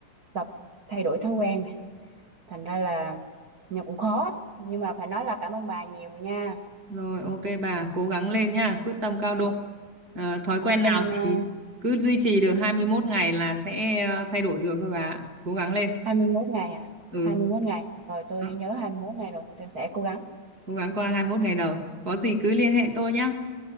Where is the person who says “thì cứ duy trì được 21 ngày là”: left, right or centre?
Right